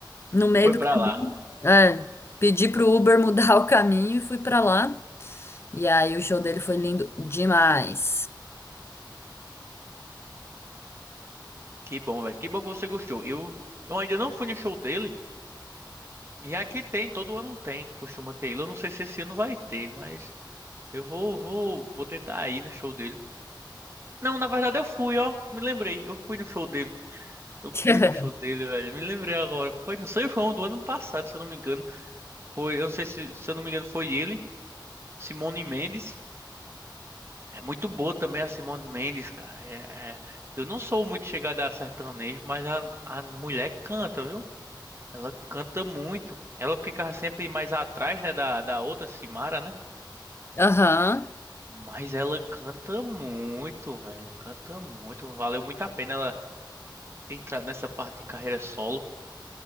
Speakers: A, on the left (about 30°); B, on the right (about 30°).
A: no meio
B: Foi
A: do
B: pra
A: caminho,
B: lá.
A: é, pedi pro Uber mudar <laughs> o caminho e fui para lá. E aí o show dele foi lindo demais.
B: Que bom, velho. Que bom que você gostou. Eu, eu ainda não fui no show dele. E aqui tem, todo ano tem, costuma ter ele. Eu não sei se esse ano vai ter, mas eu vou, vou, vou tentar ir no show dele. Não, na verdade eu fui, ó. Me lembrei. Eu fui no show dele. Eu
A: <laughs>
B: fui no show dele, velho. Me lembrei agora. Foi no São João do ano passado, se eu não me engano. Foi, eu não sei se, se eu não me engano, foi ele, Simone Mendes. É muito boa também a Simone Mendes, cara. É, é- Eu não sou muito chegada a sertanejo, mas a, a mulher canta, viu? Ela canta muito. Ela ficava sempre mais atrás, né, da, da outra Simara, né?
A: Aham.
B: Mas ela canta muito, velho. Canta muito. Valeu muito a pena ela entrar nessa parte de carreira solo.